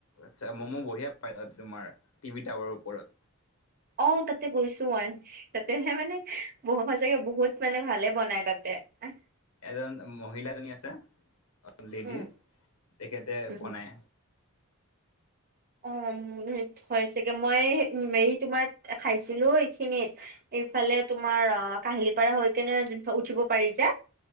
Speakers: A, on the left; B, on the right.
A: আচ্ছা মম বঢ়িয়া পায় তোমাৰ টিভি টাৱাৰৰ ওপৰত।
B: অ তাতে গৈছো মই তাতে মানে বু বহুত মানে ভালে বনাই তাতে। <unintelligible>
A: এজন মহিলা জনী আছে। লেডি
B: উম,
A: তেখেতে
B: উম,
A: বনাই।
B: অহ। হয় চাগে মই হেৰি তোমাৰ খাইছিলো এইখিনিত এইফালে তোমাৰ অ। কাহিলীপাৰা হৈ কেনে যো উঠিব পাৰি যে